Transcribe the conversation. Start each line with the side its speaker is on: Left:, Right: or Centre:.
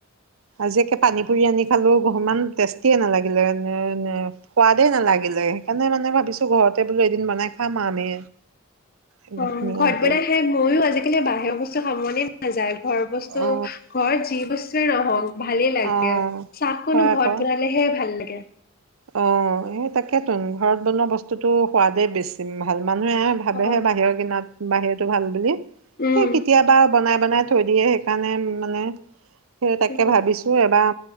Right: আজি একে পানী পুৰি আনি ইমান টেষ্টিয়ে নালাগিলে নে নে সোৱাদেই নালাগিলে সেইকাৰণে মানে ভাবিছো ঘৰতে বোলো এদিন বনাই খাম আৰু আমি ধুনীয়াকে
Left: অ ঘৰত বনাই খাই মইয়ো আজিকালি বাহিৰৰ বস্তু খাব মনে - নাযায় ঘৰ বস্তু
Right: অ
Left: ঘৰ যি বস্তুৱে নহওক ভালেই লাগে।
Right: অ
Left: চাহ কনো
Right: হয়
Left: ঘৰত
Right: আকৌ
Left: বনালেহে ভাল লাগে তে
Right: অ সে তাকে তোন ঘৰত বনোৱা বস্তু- তো সোৱাদে বেছিম ভাল মানুহে ভাবেহে
Left: অ
Right: বাহিৰৰ কিনাত বাহিৰৰটো ভাল বুলি
Left: উম
Right: সেই কেতিয়াবা বনাই মানে থৈ দিয়ে সেইকাৰণে মানে সেই তাকে
Left: উম
Right: ভাবিছোঁ এবাৰ